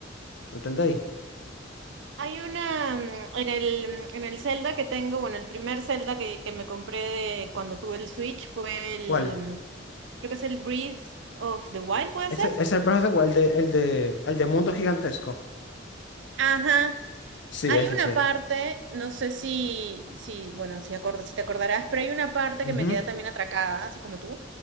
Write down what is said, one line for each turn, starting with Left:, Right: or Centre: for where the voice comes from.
Left: ¿me entendéis?
Right: Hay una, mm, en el, en el Zelda que tengo, bueno, el primer Zelda que, que me compré de cuando tuve el Switch fue el,
Left: ¿Cuál?
Right: creo que es el Breath of the Wild, ¿puede
Left: Ese
Right: ser?
Left: es el proceso, ¿cuál? El de, el de, el de mundo gigantesco.
Right: Ajá,
Left: Sí,
Right: Hay
Left: es
Right: una
Left: ese.
Right: parte, no sé si, si, bueno, si, acord- si te acordarás, pero hay una parte
Left: Ujú,
Right: que me queda también atracada, así como tú,